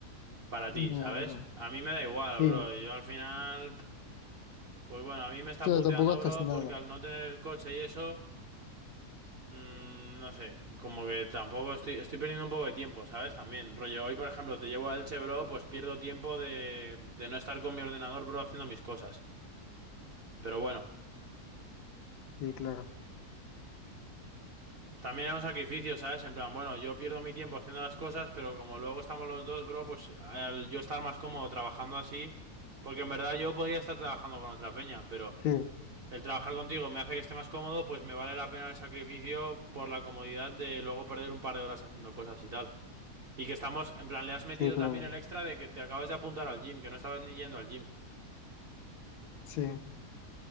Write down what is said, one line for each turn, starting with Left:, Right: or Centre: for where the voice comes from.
Right: Para
Left: ya,
Right: ti, ¿sabes?
Left: bro.
Right: A mí me da igual,
Left: Sí,
Right: bro. Yo al final. Pues bueno, a mí me está
Left: pero
Right: puteando,
Left: tampoco estás
Right: bro,
Left: nada.
Right: porque al no tener el coche y eso, mm, no sé, como que tampoco estoy, estoy perdiendo un poco de tiempo, ¿sabes? También, rollo, hoy por ejemplo te llevo a Elche, bro, pues pierdo tiempo de, de no estar con mi ordenador, bro, haciendo mis cosas. Pero bueno,
Left: Sí, claro.
Right: también es un sacrificio, ¿sabes? En plan, bueno, yo pierdo mi tiempo haciendo las cosas, pero como luego estamos los dos, bro, pues al yo estar más cómodo trabajando así, porque en verdad yo podría estar trabajando con otra peña, pero...
Left: Sí,
Right: El trabajar contigo me hace que esté más cómodo, pues me vale la pena el sacrificio por la comodidad de luego perder un par de horas haciendo cosas y tal. Y que estamos, en plan, le has metido
Left: sí, claro.
Right: también el extra de que te acabas de apuntar al gym, que no estabas ni yendo al gym.
Left: Sí.